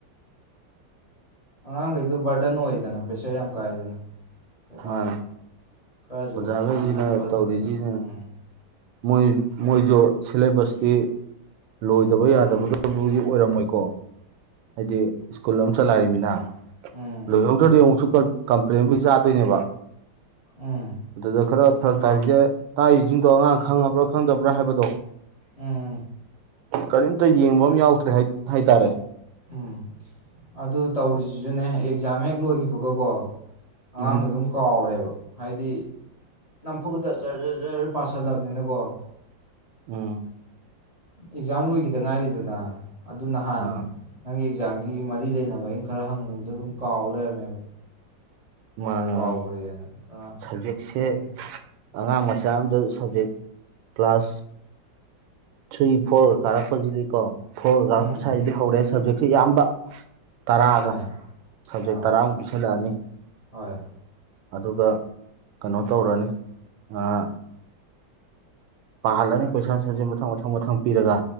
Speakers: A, on the left (about 30°); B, on the right (about 85°).
A: ꯑꯉꯥꯡꯈꯩꯗꯨ ꯕꯔꯗꯟ ꯑꯣꯏꯗꯅ ꯄ꯭ꯔꯦꯁꯔ ꯌꯥꯝ ꯀꯥꯏꯗꯅ ꯀꯩꯀꯥꯟ
B: ꯃꯥꯅꯦ
A: ꯈꯔꯁꯨ
B: ꯑꯣꯖꯥꯈꯩꯁꯤꯅ
A: ꯁꯥꯟꯅꯍꯟ ꯈꯣꯠꯍꯟꯗꯅ
B: ꯇꯧꯔꯤꯁꯤꯅ
A: ꯎꯝ
B: ꯃꯣꯏ ꯃꯣꯏꯁꯨ ꯁꯤꯂꯦꯕꯁꯇꯤ ꯂꯣꯏꯗꯕ
A: ꯎꯝ
B: ꯌꯥꯗꯕꯗ ꯑꯗꯨꯕꯨꯗꯤ ꯑꯣꯏꯔꯝꯃꯣꯏꯀꯣ ꯍꯥꯏꯗꯤ ꯁ꯭ꯀꯨꯜ ꯑꯃ ꯆꯠꯂꯥꯏꯔꯤꯃꯤꯅ
A: ꯎꯝ
B: ꯂꯣꯏꯍꯧꯗ꯭ꯔꯗꯤ ꯑꯃꯨꯛꯁꯨ ꯀ ꯀꯝꯄ꯭ꯂꯦꯟꯕꯨ ꯆꯥꯠꯇꯣꯏꯅꯦꯕ
A: ꯎꯝ ꯎꯝ
B: ꯑꯗꯨꯗ ꯈꯔ ꯐꯔꯛ ꯇꯥꯔꯤꯁꯦ ꯇꯥꯔꯤꯁꯤꯡꯗꯣ ꯑꯉꯥꯡ ꯈꯪꯉꯕ꯭ꯔꯥ ꯈꯪꯗꯕ꯭ꯔꯥ ꯍꯥꯏꯕꯗꯣ
A: ꯎꯝ
B: ꯀꯔꯤꯝꯇ ꯌꯦꯡꯕ ꯑꯃ ꯌꯥꯎꯗ꯭ꯔꯦ ꯍꯥꯏꯇꯥꯔꯦ
A: ꯎꯝ ꯑꯗꯨ ꯇꯧꯔꯤꯁꯤꯁꯨꯅꯦ ꯑꯦꯛꯖꯥꯝ ꯍꯦꯛ ꯂꯣꯏꯈꯤꯕꯒꯀꯣ ꯑꯉꯥꯡꯗꯣ
B: ꯎꯝ
A: ꯑꯗꯨꯝ ꯀꯥꯎꯔꯦꯕ ꯍꯥꯏꯗꯤ ꯅꯝꯐꯨꯗ ꯖꯔ ꯖꯔ ꯖꯔ ꯄꯁꯤꯜꯂꯕꯅꯤꯅꯀꯣ
B: ꯑ
A: ꯑꯦꯛꯖꯥꯝ ꯂꯣꯏꯈꯤꯗ ꯉꯥꯏꯔꯤꯗꯅ ꯑꯗꯨ ꯅꯍꯥꯟ
B: ꯑꯥ
A: ꯅꯪꯒꯤ ꯑꯦꯛꯖꯥꯝꯒꯤ ꯃꯔꯤ ꯂꯩꯅꯕ ꯑꯩꯅ ꯈꯔ ꯍꯪꯉꯨꯕꯗ ꯑꯗꯨꯝ ꯀꯥꯎꯔ ꯂꯩꯔꯝꯃꯦꯕ
B: ꯃꯥꯅꯦ
A: ꯀꯥꯎꯈ꯭ꯔꯦꯅ
B: ꯃꯥ
A: ꯈꯔ
B: ꯁꯕꯖꯦꯛꯁꯦ
A: ꯎꯝ
B: ꯑꯉꯥꯡ ꯃꯁꯤꯡꯁ ꯆꯛꯝꯗ ꯁꯕꯖꯦꯛ ꯀ꯭ꯂꯥꯁ ꯊ꯭ꯔꯤ ꯐꯣꯔꯒ ꯀꯥꯔꯛꯄꯁꯤꯗꯤꯀꯣ ꯍꯣꯏꯒꯥꯡꯕꯨꯁꯥꯏꯗꯤ
A: ꯎꯝ
B: ꯍꯧꯔꯦ ꯁꯕꯖꯦꯛꯁꯦ ꯑꯌꯥꯝꯕ ꯇꯔꯥꯒ
A: ꯃꯥꯅꯦ
B: ꯁꯕꯖꯦꯛ
A: ꯑꯥꯎ
B: ꯇꯔꯥꯃꯨꯛ ꯄꯤꯁꯤꯜꯂꯛꯑꯅꯤ
A: ꯍꯣꯏ
B: ꯑꯗꯨꯒ ꯀꯩꯅꯣ ꯇꯧꯔꯅꯤ ꯑꯥ ꯄꯥꯔꯂꯅꯤ ꯀꯣꯏꯁꯁ ꯃꯊꯪ ꯃꯊꯪ ꯃꯊꯪ ꯄꯤꯔꯒ